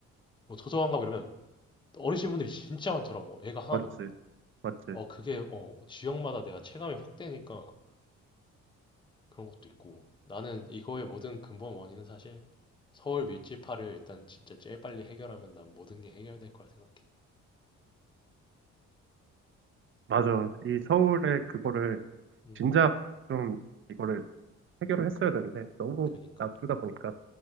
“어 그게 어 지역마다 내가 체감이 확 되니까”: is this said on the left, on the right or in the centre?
Left